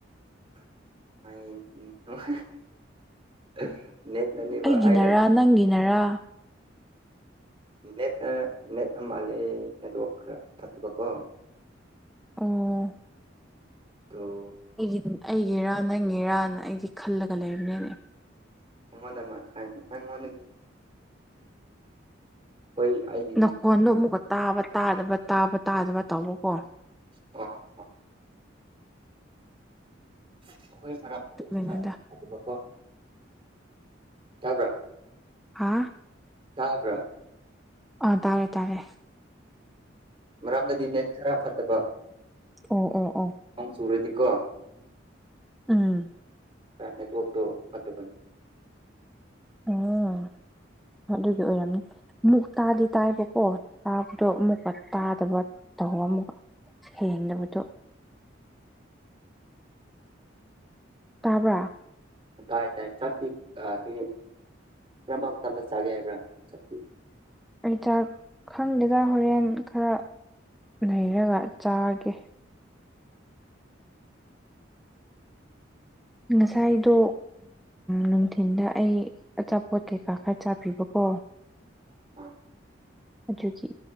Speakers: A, on the right; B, in the centre.
A: <unintelligible> ꯅꯦꯠꯅꯅꯦꯕ
B: ꯑꯩꯒꯤꯅꯔꯥ
A: ꯑꯩꯅ
B: ꯅꯪꯒꯤꯅꯔꯥ
A: ꯅꯦꯠ ꯅ ꯅꯦꯠꯅ ꯃꯥꯜꯂꯦ ꯅꯦꯠꯋꯥꯛ ꯈꯔ ꯐꯠꯇꯕꯀꯣ
B: ꯑꯣ
A: ꯇꯣ
B: ꯑꯩꯒꯤꯟ ꯑꯩꯒꯤꯔꯥ ꯅꯪꯒꯤꯔꯥꯅ ꯑꯩꯗꯤ ꯈꯜꯂꯒ ꯂꯩꯕꯅꯤꯅꯦ
A: ꯑꯩꯉꯣꯟꯗ ꯃꯥꯟꯐꯥꯏ ꯅꯪꯉꯣꯟꯗꯒꯤ ꯍꯣꯏ ꯑꯩ
B: ꯅꯈꯣꯟꯗꯣ ꯑꯃꯨꯛꯀ ꯇꯥꯕ ꯇꯥꯗꯕ ꯇꯥꯕ ꯇꯥꯗꯕ ꯇꯧꯕꯀꯣ
A: ꯑꯣ ꯍꯈꯣꯏ ꯃꯔꯥꯡ
B: ꯑꯗꯨꯒꯤꯅꯤꯗ
A: ꯂꯤ ꯈ ꯅꯦꯊꯗꯕꯀꯣ ꯇꯕ꯭ꯔꯥ
B: ꯍꯥꯥ
A: ꯇꯥꯕ꯭ꯔꯥ
B: ꯑꯥ ꯇꯥꯔꯦ ꯇꯥꯔꯦ
A: ꯃꯔꯝꯗꯗꯤ ꯅꯦꯠ ꯈꯔ ꯐꯠꯇꯕ
B: ꯑꯣ ꯑꯣ ꯑꯣ
A: ꯝ ꯁꯨꯔꯗꯤ ꯀꯣ
B: ꯎꯥ
A: ꯅꯦꯠꯋꯥꯛꯇꯣ ꯐꯠꯇꯕꯅꯤ
B: ꯎꯝ ꯑꯗꯨꯗꯤ ꯑꯣꯏꯔꯝꯅꯤ ꯑꯃꯨꯛ ꯇꯥꯗꯤ ꯇꯥꯏꯕꯀꯣ ꯇꯥꯕꯗꯣ ꯑꯃꯨꯛꯀ ꯇꯥꯗꯕ ꯇꯧ ꯑꯃꯨꯛꯀ ꯍꯦꯡ ꯅꯕꯗꯨ ꯇꯥꯕ꯭ꯔꯥ
A: ꯇꯥꯏ ꯇꯥꯏ ꯆꯥꯛꯇꯤ ꯀ ꯀ ꯀ꯭ꯔꯃ ꯊꯅ ꯆꯥꯒꯦ ꯌꯥꯝ꯭ꯔ ꯁꯛꯇꯤ
B: ꯑꯩ ꯆꯥꯛ ꯈꯪꯗꯦꯗ ꯍꯣꯔꯦꯟ ꯈꯔ ꯂꯩꯔꯒ ꯆꯥꯒꯦ ꯉꯁꯥꯏꯗꯣ ꯅꯨꯡꯊꯤꯤꯟꯗ ꯑꯩ ꯑꯆꯥꯄꯣꯠ ꯀꯩꯀꯥ ꯈꯔ ꯆꯥꯕꯤꯕꯀꯣ
A: ꯑꯣ ꯍ
B: ꯑꯗꯨꯒꯤ